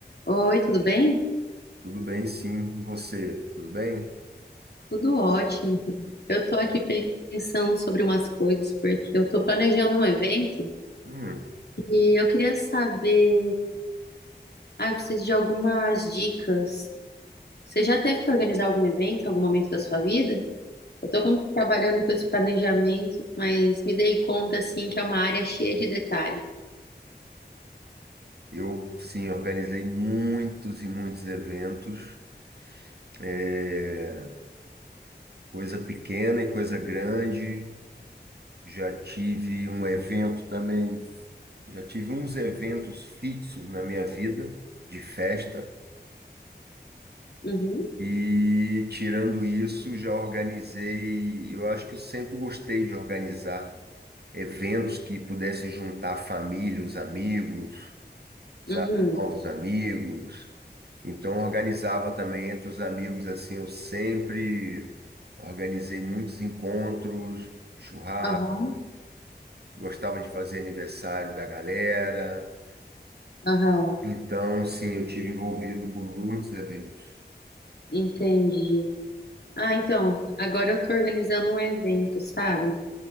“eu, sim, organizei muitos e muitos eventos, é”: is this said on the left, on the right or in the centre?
Right